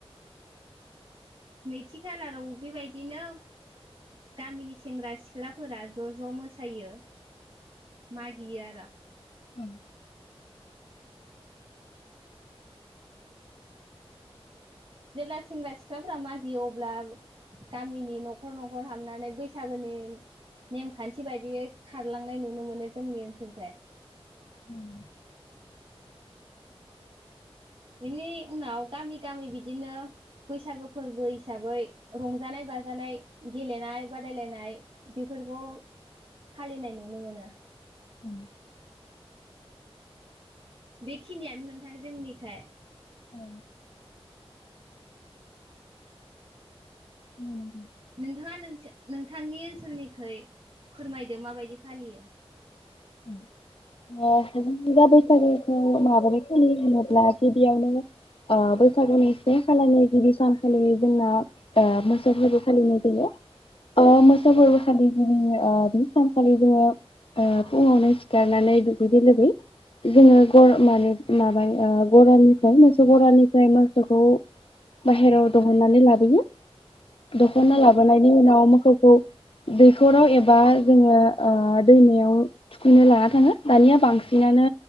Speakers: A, on the right; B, on the left.
A: नैथि खालाराव बेबायदिनो गामिनि सेंग्रा सिख्लाफोरा ज' ज' मोसायो। मागियो आरो
B: ओं।
A: जेब्ला सेंग्रा सि ख्लाफ्रा मागियो अब्ला गामिनि न'खर न'खर हाबनानै बैसागोनि नेमखान्थि बायदियै खारलांनाय नुनो मोनो जोंनि ओनसोलखै।
B: ओं।
A: बेनि उनाव गामि गामि बिदिनो बैसागो फोरबो हिसाबै रंजानाय बाजानाय गेलेनाय बादायलायनाय बेफोरखौ फालिनाय नुनो मोनो।
B: ओं।
A: बेखिनियानो नोंथां जोंनिखाय।
B: औ। उम
A: नोंथाङा नोंस नोंथांनि ओनसोलनिखै फोरमायदो माबायदि फालियो
B: <unintelligible> औ माबोरै होनोब्ला बेयावनो ओ बैसागुनि से खालारनि गिबि सानखालि जोंना ओ मोसौ फोरबो फालिनाय जायो अ मोसौ फोरबो खालि गिबि ओ बे सानखालि जोङो ओ फुङावनो सिखारनानै दुगैदै लोबै जोङो गर माने माबा गरानिफ्राय मोसौ गरानिफ्राय मोसौखौ बाहेरायाव दिहुननानै लाबोयो दख‌ना
A: औ
B: लाबोनायनि उनाव मोसौखौ दैखराव एबा जोङो ओ दैमायाव थुखैनो लाना थाङो दानिया बांसिनानो